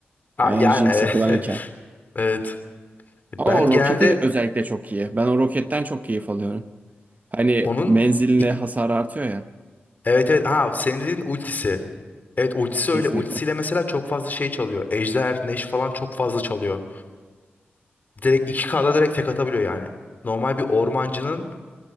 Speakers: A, on the left; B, on the right.
A: Ha,
B: Yani
A: yani
B: Jinx'i
A: e, <laughs>
B: kullanırken.
A: evet.
B: Ama
A: Ben
B: o
A: genelde
B: roketi özellikle çok iyi. Ben o roketten çok keyif alıyorum. Hani
A: onun
B: menziline
A: ilk-
B: hasar artıyor ya.
A: evet evet ha senin dediğin ultisi. Evet ultisi
B: Kesinlikle.
A: öyle. Ultisiyle mesela çok fazla şey çalıyor. Ejder, Neş falan çok fazla çalıyor. Direkt iki kda direkt tek atabiliyor yani. Normal bir ormancının